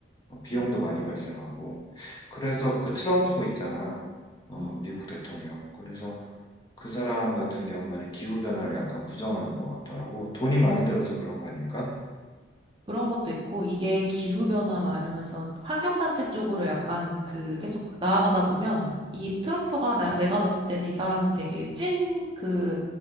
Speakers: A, on the left; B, on the right.
A: 어, 비용도
B: 음,
A: 많이 발생하고. 그래서 그 트럼프 있잖아. 어,
B: 음.
A: 미국 대통령. 그래서 그 사람 같은 경우에는 기후변화를 약간 부정하는 것 같더라고. 돈이 많이 들어서 그런 거 아닐까?
B: 그런 것도 있고 이게 기후 변화
A: 음,
B: 막 이러면서 환경 단체 쪽으로 약간 그 계속 나아가다 보면 이 트럼프가 나, 내가 봤을 때는 이 사람은 되게 찐 그